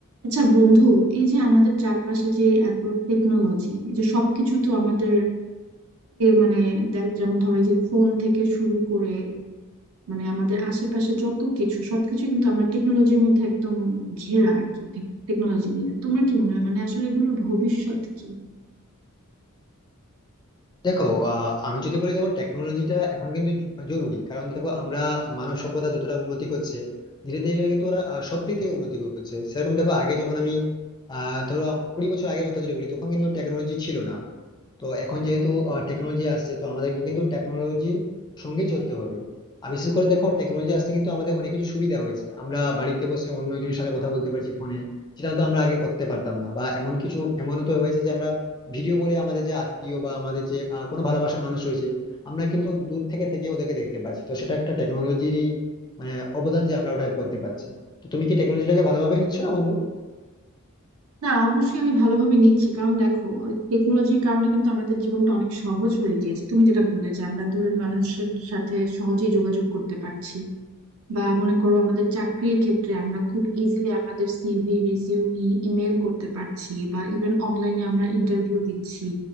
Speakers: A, on the right (about 70°); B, on the left (about 20°).
A: আচ্ছা বন্ধু এই যে আমাদের চারপাশে যে এত টেকনোলজি এই যে সবকিছু তো আমাদেরকে মানে দেখ যেমন ধরো এই যে ফোন থেকে শুরু করে মানে আমাদের আশেপাশে যত কিছু সবকিছু কিন্তু আমরা টেকনোলজির মধ্যে একদম ঘেরা আর কি টেকনোলজি নিয়ে তোমার কি মনে হয় মানে আসলে এগুলোর ভবিষ্যৎ কি
B: দেখো আহ, আমি যদি বলি দেখো টেকনোলজিটা এখন কিন্তু জ- জরুরি কারণ দেখো আমরা মানব সভ্যতা যতটা উন্নতি করছে ধীরে ধীরে কিন্তু ওরা আহ, সব দিক থেকে উন্নতি করছে সেরকম দেখো আগে যখন আমি আহ ধরো আম- কুড়ি বছর আগের কথা যদি বলি তখন কিন্তু টেকনোলজি ছিল না তো এখন যেহেতু টেকনোলজি আসছে তো আমাদেরকে কিন্তু টেকনোলজির সঙ্গে চলতে হবে আর বিশেষ করে দেখো টেকনোলজি আসতে কিন্তু আমাদের অনেক কিছু সুবিধা হয়েছে আমরা বাড়িতে বসে অন্য একজনের সাথে কথা বলতে পারছি ফোনে যেটা হয়তো আমরা আগে করতে পারতাম না বা এমন কিছু এমনও তো হয়েছে যে আমরা ভিডিও কলে আমাদের যে আত্মীয় বা আমাদের যে আহ, কোনো ভালোবাসার মানুষ রয়েছে আমরা কিন্তু দূর থেকে থেকে ওদেরকে দেখতে পাচ্ছি তো সেটা একটা টেকনোলজিরই মানে অবদান যে আমরা ওটা করতে পারছি তো তুমি কি টেকনোলজিটাকে ভালোভাবে নিচ্ছ না বন্ধু
A: না অবশ্যই আমি ভালোভাবে নিচ্ছি কারণ দেখো টেকনোলজির কারণে কিন্তু আমাদের জীবনটা অনেক সহজ হয়ে গিয়েছে তুমি যেটা বললে যে আমরা দূরের মানুষের সাথে সহজেই যোগাযোগ করতে পারছি বা মনে করো আমাদের চাকরির ক্ষেত্রে আমরা খুব ইজিলি আমাদের সিভি রিজিউমি ইমেল করতে পারছি বা ইভেন অনলাইনে আমরা ইন্টারভিউ দিচ্ছি